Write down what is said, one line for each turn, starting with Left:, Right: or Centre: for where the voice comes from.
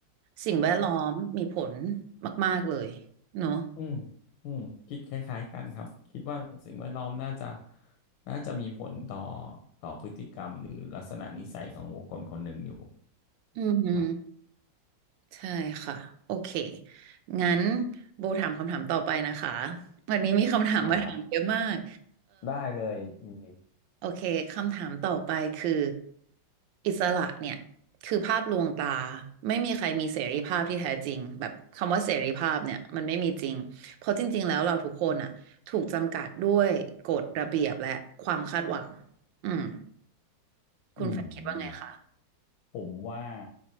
Right: สิ่งแวดล้อมมีผลมากๆเลยเนอะ
Left: อืมอืมคิดคล้ายๆกันครับ คิดว่าสิ่งแวดล้อมน่าจะน่าจะมีผลต่อต่อพฤติกรรมหรือลักษณะนิสัยของบุคคลคนหนึ่งอยู่
Right: อืม
Left: ครับ
Right: ใช่ค่ะโอเคงั้นโบถามคำถามต่อไปนะคะวันนี้มีคำถามมาถามเยอะมาก
Left: ครับ ได้เลยยินดี
Right: โอเคคำถามต่อไปคืออิสระเนี่ยคือภาพลวงตาไม่มีใครมีเสรีภาพที่แท้จริงแบบคำว่าเสรีภาพเนี่ยมันไม่มีจริงเพราะจริงๆแล้วเราทุกคนอ่ะถูกจำกัดด้วยกฎระเบียบและความคาดหวังอืมคุณแฟนคิดว่าไงคะ
Left: อืมผมว่า